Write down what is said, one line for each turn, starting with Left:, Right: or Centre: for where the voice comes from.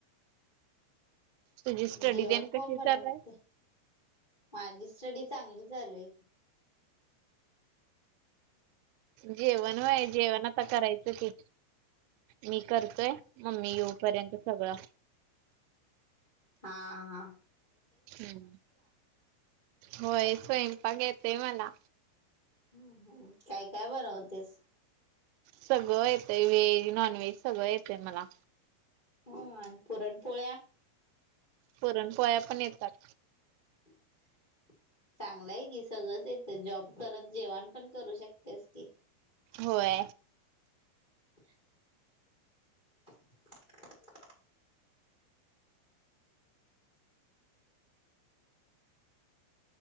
Right: तुझी स्टडी
Left: जेवण
Right: तेन
Left: कोण
Right: कशी
Left: बनवते?
Right: चालू आहे?
Left: माझी स्टडी चांगली चालू आहे.
Right: जेवण वय जेवण आता करायचं की मी करतोय मम्मी येऊपर्यंत सगळं
Left: हा-हा
Right: हम्म होय स्वयंपाक येतोय मला
Left: हम्म-हम्म काय-काय बनवतेस.
Right: सगळं येतय व्हेज, नॉनव्हेज सगळं येतय मला
Left: हो आणि पुरण पोळ्या
Right: पुरणपोळ्या पण येतात.
Left: <inaudible> चांगलंय कि सगळंच येत जॉब करत जेवाण पण करू शकतेस की
Right: होय
Left: <inaudible>